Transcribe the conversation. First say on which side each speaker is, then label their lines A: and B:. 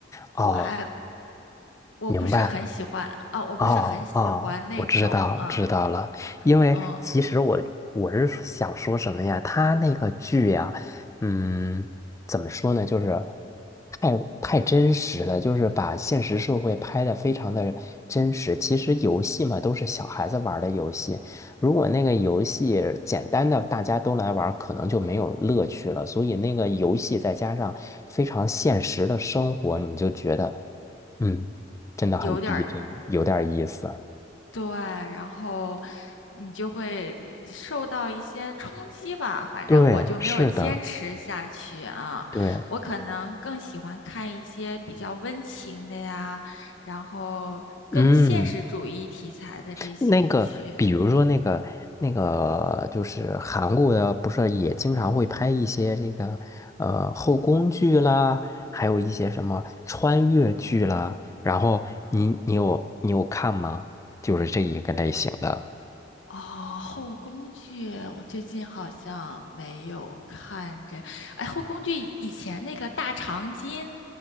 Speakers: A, on the left (about 15°); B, on the left (about 80°).
A: 哦，
B: 我还我不是很喜欢啊，
A: 明白。
B: 我不是很喜欢那种，
A: 哦哦，我知道知道了，
B: 嗯
A: 因为其实我我是想说什么呀？
B: 嗯，
A: 他那个剧呀，嗯，怎么说呢？就是太太真实了，就是把现实社会拍得非常的真实。其实游戏嘛，都是小孩子玩儿的游戏，如果那个游戏简单的大家都来玩儿可能就没有乐趣了。所以那个游戏再加上非常现实的生活，你就觉得。嗯。真的很逼真，
B: 有点儿
A: 有点意思。
B: 对，然后你就会受到一些冲击吧。反正我就没有坚持下去啊。
A: 对，是的，对，
B: 我可能更喜欢看一些比较温情的呀，然后更现实主义题材的这些剧。
A: 嗯，那个，比如说那个那个，
B: 嗯，
A: 就是韩国的，不是也经常会拍一些这个呃后宫剧啦，还有一些什么穿越剧啦。然后你你有你有看吗？就是这一个类型的。
B: 哦，后宫剧我最近好像没有看这。哎，后宫剧以前那个《大长今》，